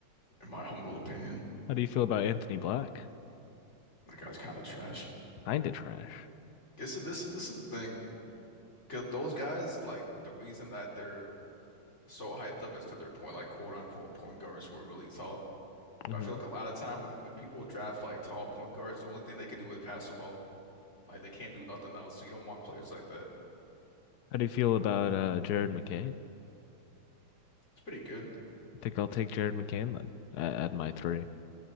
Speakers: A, on the left; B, on the left.
A: in my humble opinion.
B: How do you feel about Anthony Black?
A: That guy's kind of trash.
B: Kinda trash.
A: This is this is this is the thing. Cause those guys, like the reason that they're so hyped up is because they're point like quote unquote point guards who are really tall.
B: hmm
A: But I feel like a lot of time when you, when people draft like tall point guards, the only thing they can do is pass the ball. Like they can't do nothing else. So you don't want players like that.
B: How do you feel about uh Jared McCain?
A: It's pretty good.
B: I think I'll take Jared McCain then at, at my three.